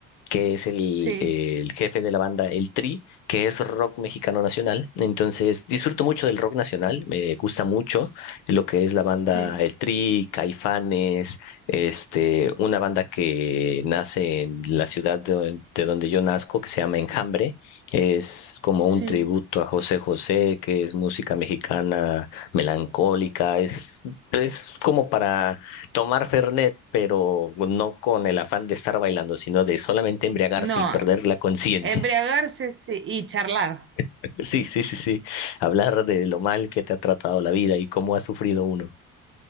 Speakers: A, on the left (about 70°); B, on the right (about 30°).
A: que es el,
B: sí,
A: el jefe de la banda El Tri, que es rock mexicano nacional. Entonces, disfruto mucho del rock nacional, me gusta mucho lo que es la banda
B: sí,
A: El Tri, Caifanes, este, una banda que nace en la ciudad de, de donde yo nazco, que se llama Enjambre. Es como
B: sí.
A: un tributo a José José, que es música mexicana melancólica, es, es como para Tomar Fernet, pero no con el afán de estar bailando, sino de solamente embriagarse
B: No,
A: y perder la conciencia.
B: embriagarse, sí, y charlar.
A: <laughs> Sí, sí, sí, sí. Hablar de lo mal que te ha tratado la vida y cómo ha sufrido uno.